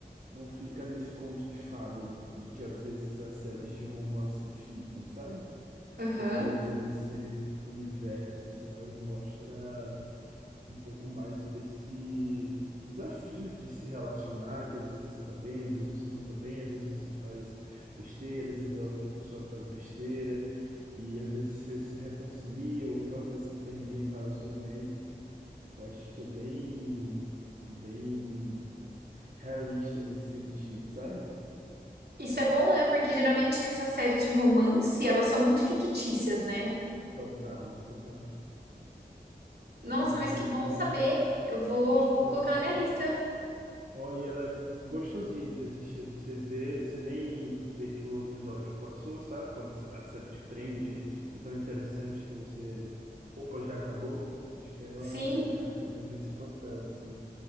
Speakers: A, on the right; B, on the right.
A: não fica nesse conto de fada do que às vezes as séries de romance ficam, sabe? fica
B: Aham.
A: preso nesse universo, assim, elas mostra um pouco mais desse desafio de se relacionar, que às vezes você tá bem, às vezes você não tá bem, às vezes você faz besteira, às vezes a outra pessoa faz besteira, e às vezes você se reconcilia, ou então às vezes você termina o relacionamento. Eu acho que é bem, bem realista nesse sentido, sabe?
B: Isso é bom, né? Porque geralmente essas séries de romance, elas são muito fictícias, né?
A: Total, total.
B: Nossa,
A: Tá nesse
B: mas que
A: mundo
B: bom saber. Eu vou,
A: distante.
B: vou colocar na minha lista.
A: Ó, e ela é gostosinha de assistir, assim, você vê, você nem vê que o episódio passou, sabe? Quando a série te prende, é tão interessante que você, opa, já acabou. Acho que ela
B: Sim,
A: se encaixa bem nesse papel, assim.